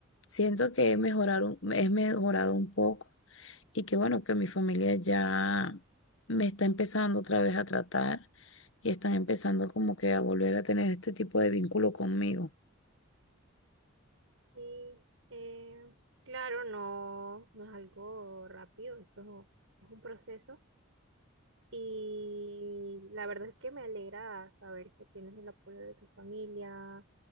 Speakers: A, on the left; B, on the right.
A: siento que he mejorado, un- he mejorado un poco y que bueno, que mi familia ya me está empezando otra vez a tratar y están empezando como que a volver a tener este tipo de vínculo conmigo.
B: Sí, eh, claro, no, no es algo rápido, eso es un proceso. Y la verdad es que me alegra saber que tienes el apoyo de tu familia,